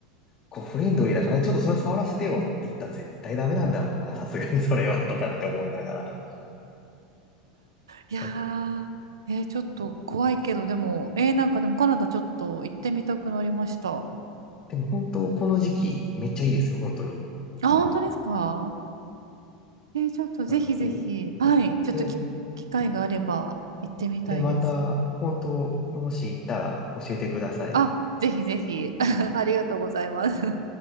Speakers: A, on the left; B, on the right.
A: こうフレンドリーだから、ちょっとそれ触らせてよって言ったら絶対ダメなんだろうな、さすがにそれは、とかって思いながら。
B: いや
A: だ
B: ー、えーちょっと怖いけど、でも、えー、なんかでもカナダちょっと行ってみたくなりました。
A: でも本当、この時期、めっちゃいいですよ、本当に。
B: あ、本当ですかえー、ちょっとぜひぜひ、
A: なので、
B: はい、ちょっとき機会があれば行ってみたいです。
A: え、え、また、本当、もし行ったら教えてください。
B: あ、ぜひぜひ、<laughs> ありがとうございます。